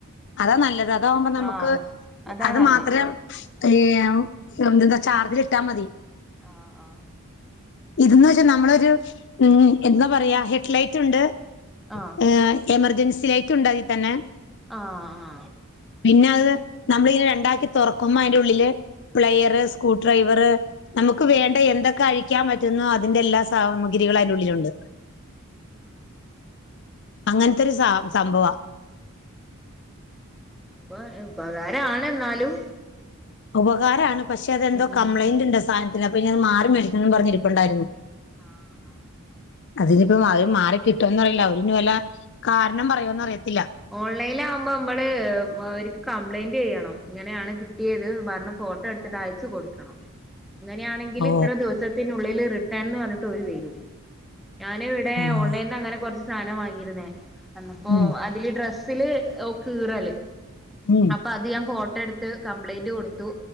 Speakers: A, on the left; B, in the centre.
A: അതാ നല്ലത് അതാകുമ്പോ നമുക്ക്
B: ആഹ് അതാ
A: അത്
B: നല്ലേ
A: മാത്രം ഏ എന്തെന്താ ചാർജില ഇട്ടാ മതി
B: ആഹ ആഹ
A: ഇതന്ന് വെച്ചാൽ നമ്മളൊരു ഉ എന്താ പറയാ ഹെഡ്ലൈറ്റ് ഉണ്ട്
B: ആഹ്
A: ഏ എമർജൻസി ലൈറ്റ് ഉണ്ടോ അതിൽ തന്നെ
B: ആ ആ
A: പിന്നെ അത് നമ്മളിെ രണ്ടാക്കി തുറക്കുമ്പോ അതിന്റെ ഉള്ളില് പ്ലെയർ സ്ക്രൂ ഡ്രൈവറ് നമുക്ക്
B: ആഹ്
A: വേണ്ട എന്തൊക്കെ അഴിക്കാൻ പറ്റുന്നുോ അതിറെ എല്ലാ സാമഗ്രികളും അതിൻള്ളിലുണ്ട്
B: ആഹ ആഹ
A: അങ്ങനത്തെൊരു സ സംഭവാ
B: ഉം <unintelligible> ഉപകരമാണെന്നാലും
A: ഉപകാരമാണ് പക്ഷെ അതെന്തോ
B: ഉം
A: കംപ്ലൈന്റ്ണ്ടോ സാധനത്തിൽ അപ്പ ഇനി അത് മാറി മേടിക്കന്ന് പറഞ്ഞി ഇപ്പുണ്ടായിരുന്നു
B: ആഹ് ആഹ്
A: അതിനിപ്പം അവര് മാറി കിട്ടോന്നറിയില്ല അവരിഞ്ഞി വല്ല കാരണം പറയോന്ന് അറിയത്തില്ല
B: ഓൺലൈനിൽ ആകുമ്പോ നമ്മള് അവർക്ക് കംപ്ലൈന്റ് ചെയ്യണം ഇങ്ങനെയാണ് കിട്ടിയത് പറഞ്ഞ് ഫോട്ടോ ട്ടട്ത്തിട്ട് അയച്ചു കൊടുക്കണം അങ്ങനെയാണെങ്കിൽ
A: ഓ
B: ഇത്ര ദിവസത്തിനുള്ളിൽ റിട്ടേൺ എന്ന് പറഞ്ഞിട്ട് അവര് വരും ഞാന്
A: ഉം
B: ഓൺ ലൈനിൽ അങ്ങനെ കുറച്ചു സാദനം വാങ്ങിയിരുന്നേ അന്ന് പ്പൊ
A: ഉം
B: ഇതില് ഡ്രസ്സില് ഒ കീറല്
A: ങും
B: അപ്പൊ അത് ഞാൻ ഫോട്ടോ എടുത്ത് കംപ്ലയിന്റ് കൊടുത്തു